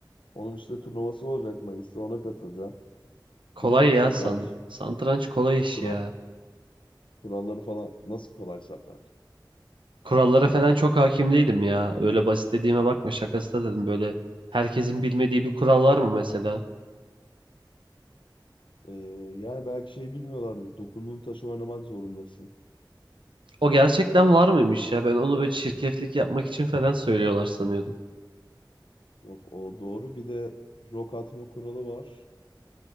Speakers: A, on the left; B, on the right.
A: Onun işte turnuvası olacak Mayıs'ta ona katılacağım.
B: Kolay
A: Biliyor musun
B: ya
A: satranç?
B: san. Satranç kolay iş
A: Kural,
B: ya.
A: kuralları falan nasıl kolay satranç?
B: Kurallara falan çok hakim değilim ya. Öyle basit dediğime bakma şakası da dedim böyle. Herkesin bilmediği bir kural var mı mesela?
A: Ee, yani belki şey bilmiyorlardı. Dokunduğun taşı oynamak zorundasın.
B: O gerçekten
A: Ondan
B: var
A: sonra.
B: mıymış ya? Ben onu böyle çirkeflik yapmak için falan söylüyorlar sanıyordum.
A: Yok o doğru. Bir de rok atma kuralı var.